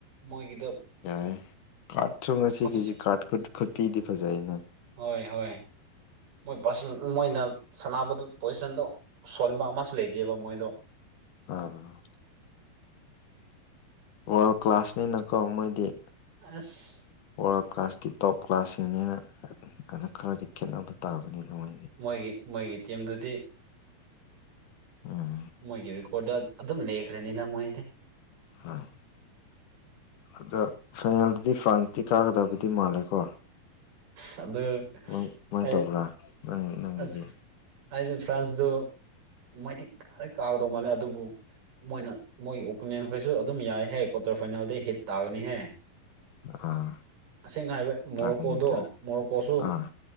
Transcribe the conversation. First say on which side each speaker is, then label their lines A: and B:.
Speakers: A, on the right (about 90°); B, on the left (about 65°).
A: ꯃꯣꯏꯒꯤꯗꯣ
B: ꯌꯥꯏ ꯀꯥꯔꯠꯁꯨ ꯉꯁꯤꯒꯤꯖꯤ
A: ꯄꯣꯖꯤꯁꯟ
B: ꯀꯥꯔꯠ ꯀꯨ ꯈꯨꯄꯤꯗꯤ ꯐꯖꯩꯅ
A: ꯍꯣꯏ ꯍꯣꯏ ꯃꯣꯏ ꯄꯥꯁꯜ ꯃꯣꯏꯅ ꯁꯥꯟꯅꯕꯗꯣ ꯄꯣꯖꯤꯁꯟꯗꯣ ꯁꯣꯟꯕ ꯑꯃꯁꯨ ꯂꯩꯇꯦꯕ ꯃꯣꯏꯗꯣ
B: ꯑ ꯋꯥꯔꯜ ꯀ꯭ꯂꯥꯁꯅꯤꯅꯀꯣ ꯃꯣꯏꯗꯤ
A: ꯑꯁ
B: ꯋꯥꯔꯜ ꯀ꯭ꯂꯥꯁꯀꯤ ꯇꯣꯞ ꯀ꯭ꯂꯥꯁꯁꯤꯡꯅꯤꯅ ꯀꯅꫭ ꯈꯔꯗꯤ ꯈꯦꯠꯅꯕ ꯇꯥꯕꯅꯤ ꯃꯣꯏ
A: ꯃꯣꯏꯒꯤ ꯃꯣꯏꯒꯤ ꯇꯤꯝꯗꯨꯗꯤ
B: ꯎꯝ
A: ꯃꯣꯏꯒꯤ ꯔꯦꯀꯣꯔꯠꯇ ꯑꯗꯨꯝ ꯂꯩꯈ꯭ꯔꯅꯤꯗ ꯃꯣꯏꯗꯤ
B: ꯍꯥ ꯑꯗꫭ ꯐꯥꯏꯅꯦꯜꯗꯗꯤ ꯐ꯭ꯔꯥꯟꯁꯇꯤ ꯀꯥꯒꯗꯕꯗꯤ ꯃꯥꯜꯂꯦꯀꯣ
A: <unintelligible>
B: ꯃꯥꯏ ꯀꯃꯥꯏꯅ ꯇꯧꯕ꯭ꯔꯥ ꯅꯪ ꯅꯪꯒꯤꯗꯤ
A: ꯑꯁ ꯑꯩꯗꯤ ꯐ꯭ꯔꯥꯟꯁꯗꯨ ꯃꯣꯏꯗꯤ ꯀꯥꯗꯤ ꯀꯥꯒꯗꯧ ꯃꯥꯜꯂꯦ ꯑꯗꯨꯕꯨ ꯃꯣꯏꯅ ꯃꯣꯏ ꯑꯣꯄꯣꯅꯦꯟꯈꯣꯏꯁꯨ ꯑꯗꯨꯝ ꯌꯥꯏꯍꯦ ꯀꫭ ꯀ꯭ꯋꯥꯇ꯭ꯔ ꯐꯥꯏꯅꯦꯜꯗꯤ ꯍꯤꯠ ꯇꯥꯒꯅꯤ ꯍꯦ
B: ꯑꯥ
A: ꯇꯁꯦꯡꯅ ꯍꯥꯏꯕ ꯃꯣꯔꯣꯀꯣꯗꯣ
B: ꯇꯥꯒꯅꯤꯗ
A: ꯃꯣꯔꯣꯀꯣꯁꯨ
B: ꯑꯥ